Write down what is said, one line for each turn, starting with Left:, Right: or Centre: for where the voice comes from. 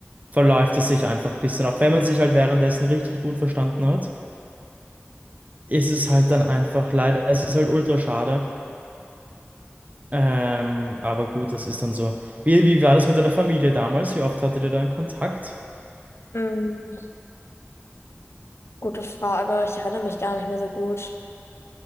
Right: verläuft es sich einfach ein bisschen. Auch wenn man sich halt währenddessen richtig gut verstanden hat, ist es halt dann einfach leider, es ist halt ultra schade. Ähm, aber gut, das ist dann so. Wie, wie war das mit deiner Familie damals? Wie oft hattet ihr dann Kontakt?
Left: Hm, gute Frage. Ich erinnere mich gar nicht mehr so gut.